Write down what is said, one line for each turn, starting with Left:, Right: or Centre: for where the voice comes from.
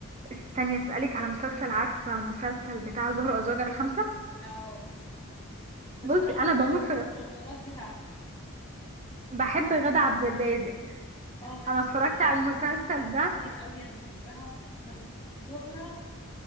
Right: استني اسالك على مسلسل عارفه مسلسل بتاع زهر وازواجها الخمسه
Left: اه بس
Right: بصي
Left: صراحه
Right: انا
Left: مش
Right: بموت
Left: من المفضلات
Right: في
Left: بتاعتي
Right: بحب غادة عبد الرازق
Left: اه غادة
Right: انا
Left: عبد
Right: اتفرجت
Left: الرازق ليها
Right: على المسلسل
Left: مسلسلات
Right: ده
Left: كتير قوي انا بحبها بس زهرة